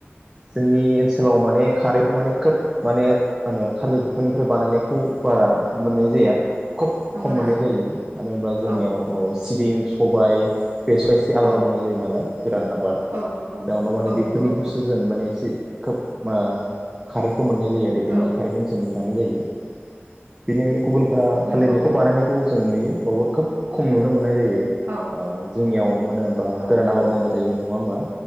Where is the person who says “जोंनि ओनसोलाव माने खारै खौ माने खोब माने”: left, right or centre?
Right